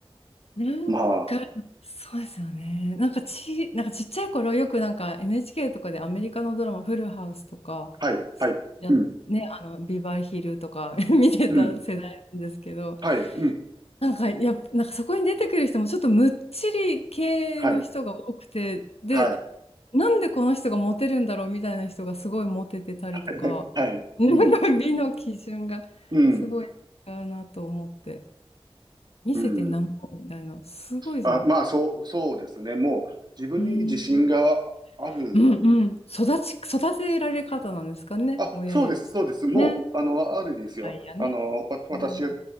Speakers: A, on the left; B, on the right.
A: なんか、
B: まあ、
A: そうですよね。なんかち、なんかちっちゃい頃よくなんか NHK とかでアメリカのドラマ、フルハウスとか、
B: はい、はい、
A: や、
B: うん、
A: ね、あの、ビバリーヒルとか <laughs> 見てた世代なんですけど、
B: うん、はい、うん、
A: なんかやっぱ、なんかそこに出てくる人もちょっとむっちり系の人が多くて、
B: はい、
A: で、
B: はい、
A: なんでこの人がモテるんだろうみたいな人がすごいモテてたりとか、
B: <laughs> はい、<laughs>
A: <laughs> なんか美の基準がすごい違うなと思って、
B: うん、うん、
A: 見せてなんぼみたいな、
B: うん。
A: すごいですね。
B: あ、まあ、そう、そうですね。もう、自分に自信がある。
A: うん、うんうん。育ち、育てられ方なんですかね、
B: あ、
A: 親や。
B: そうです、そうです。もう、
A: ね。
B: あの、あるですよ。
A: はいやね。
B: あの、わ、私が
A: うん、